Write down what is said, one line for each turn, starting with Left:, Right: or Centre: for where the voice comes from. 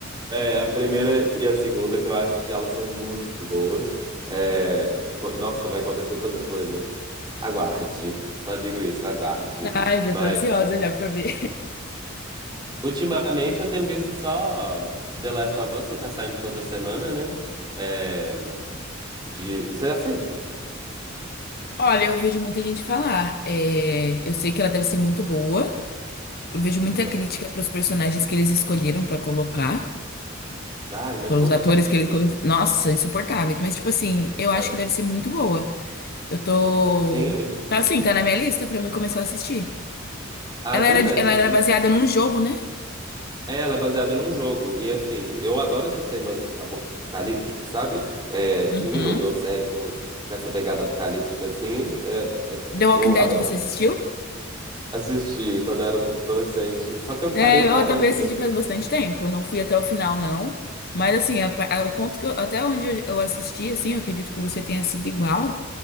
Right: É, a primeira e a segunda, que eu acho que elas são muito boas. É, acon- nossa, vai acontecer tanta coisa. Aguarde. Só digo isso, aguarde.
Left: <laughs> Ai, já
Right: mas
Left: tô ansiosa já pra ver.
Right: Ultimamente eu tenho visto só The Last of Us, que tá saindo toda semana, né? É, de... Você assiste?
Left: <laughs> Olha, eu vejo muita gente falar. é, Eu sei que ela deve ser muito boa. Eu vejo muita
Right: Aham.
Left: crítica pros personagens que eles escolheram pra colocar.
Right: Ai, mas
Left: Pelos
Right: o povo
Left: atores
Right: é chato.
Left: que
Right: Uh,
Left: eles colocaram. Nossa, insuportáveis. Mas, tipo assim, eu acho
Right: ah,
Left: que deve ser muito boa. Eu tô.
Right: Sim, é muito bom.
Left: Tá assim, tá na minha lista pra mim começar a assistir.
Right: Ai,
Left: Ela
Right: pois
Left: era,
Right: é.
Left: ela
Right: so-
Left: era baseada num jogo, né?
Right: é, Ela é baseada num jogo. E assim, eu adoro esses temas apocalípticos, sabe? É, filme
Left: Uhum.
Right: ou série com, com essa pegada apocalíptica assim. é- é-
Left: The Walking
Right: eu
Left: Dead
Right: adoro.
Left: você assistiu?
Right: Assisti quando eu era adolescente. Só que eu acabei
Left: É,
Right: parando
Left: eu também
Right: de
Left: assisti
Right: ver.
Left: faz bastante tempo. Eu não fui até o final, não. Mas assim, a pa- a- o ponto que eu, até onde eu, eu assisti, assim, eu acredito que você tenha sido igual.